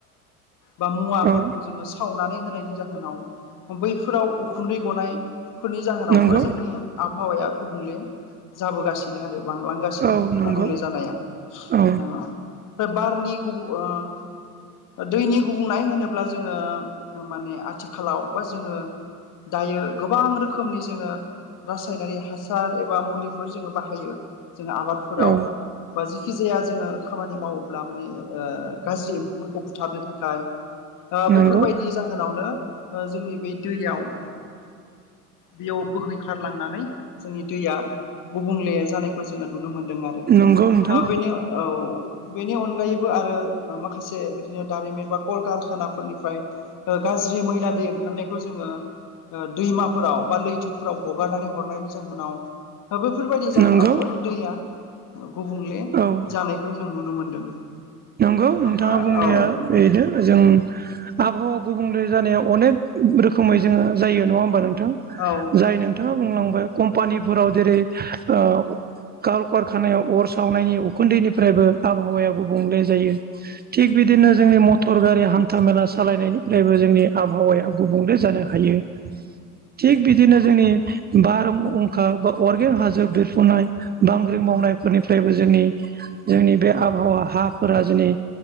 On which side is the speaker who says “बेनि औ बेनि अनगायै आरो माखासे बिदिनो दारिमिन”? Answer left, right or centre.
Left